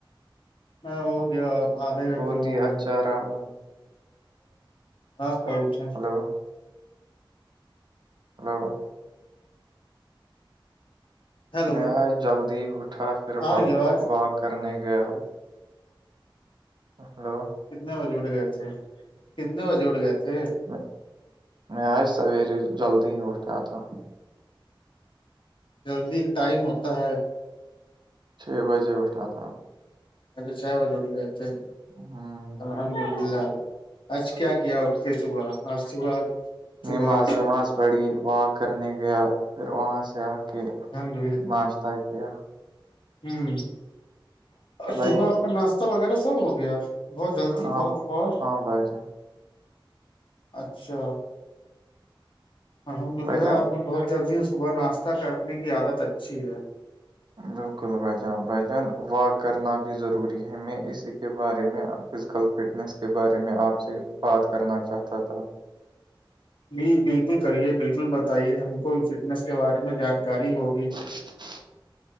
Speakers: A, on the left; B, on the right.
A: میں ہو گیا آدھے گھنٹے
B: بہت
A: ہو
B: ہی
A: گئے
B: اچھا رہا
A: آپ کئی تھ
B: <inaudible> ہلو
A: ہیلو
B: میں آج جلدی اٹھا پھر و
A: آ رہی آواز
B: و کرنے گیا ہلو
A: کتنے بجے اٹھ گئے تھے کتنے بجے اٹھ گئے تھے
B: میں میں آج سویرے جلدی ہی اٹھا تھا
A: جلدی ٹائم ہوتا ہے
B: چھ بجے اٹھا تھا
A: اچھا چھ بجے اٹھ گئے تھے
B: ہم،
A: الحمد
B: جی۔
A: للہ آج کیا کیا اٹھ کے صبح آج صبح صبح
B: نماز وماز پڑی واک کرنے گیا پھر وہاں سے آ کے
A: الحمد
B: ناشتہ کیا
A: ہمم
B: بھائی
A: صبح آپ کا ناشتہ وغیرہ سب ہو گیا بہت جلدی
B: ہاں
A: بہت فاسٹ
B: ہاں بھائی جان
A: اچھا الحمد
B: بھائی
A: للہ
B: جان
A: آپ نے بہت جلدی صبح ناشتہ کرنے کی عادت اچھی ہے
B: بالکل بھائی جان بھائی جان واک کرنا بھی ضروری ہیں میں اسی کے بارے میں کل فٹنس کے بارے میں آپ سے بات کرنا چاہتا تھا
A: جی بالکل کریے بالکل بتائیے ہم کو فٹنس کے بارے میں جانکاری ہوگی
B: <inaudible>